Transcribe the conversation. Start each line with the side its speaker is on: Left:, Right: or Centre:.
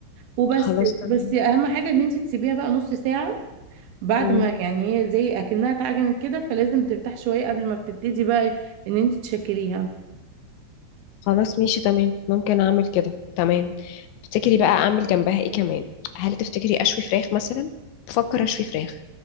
Right: وبس
Left: خلاص تمام
Right: بس اهم حاجه ان انت تسيبيها بقى نص ساعه بعد
Left: مم.
Right: ما يعني هي زي اكنها اتعجنت كده فلازم ترتاح شويه قبل ما بتبتدي بقى ان انت تشكليها
Left: خلاص ماشي تمام ممكن اعمل كده تمام تفتكري بقى اعمل جنبها ايه كمان هل تفتكري اشوي فراخ مثلا بفكر اشوي فراخ